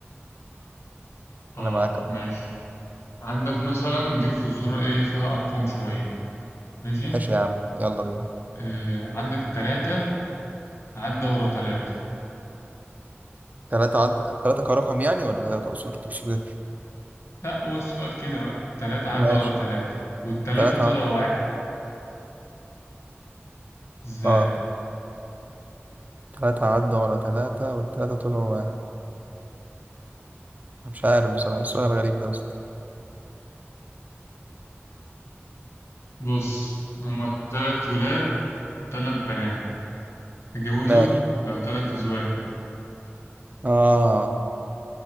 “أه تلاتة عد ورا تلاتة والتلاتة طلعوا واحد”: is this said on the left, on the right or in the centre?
Right